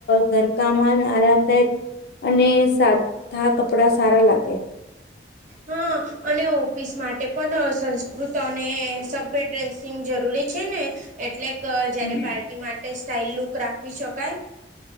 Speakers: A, on the left (about 60°); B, on the right (about 45°).
A: ઘર કામાન આરામદાયક અને સાધા કપડા સારા લાગે
B: હા અને ઓફિસ માટે પણ સંસ્કૃત અને સભ્ય ડ્રેસ સિંગ જરૂરી છે ને એટલે ક જ્યારે
A: હમ.
B: પાર્ટી માટે સ્ટાઈલ લુક રાખવી શકાય.